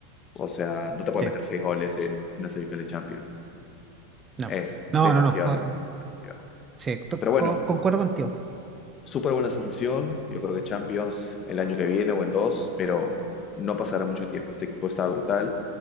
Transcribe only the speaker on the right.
sí,
no.
No, no, no, fue,
sí, to-
co- concuerdo contigo.